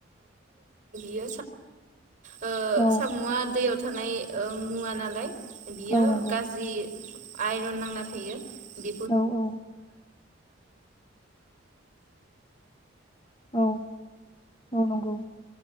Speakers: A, on the right; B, on the left.
A: <inaudible> ओ
B: औ
A: साम'आ दैयाव थानाय ओ मुव नालाय बियो
B: औ नंगौ
A: गाज्रि आइरन नांना थायो <inaudible> <inaudible> <inaudible>
B: औ औ औ औ नंगौ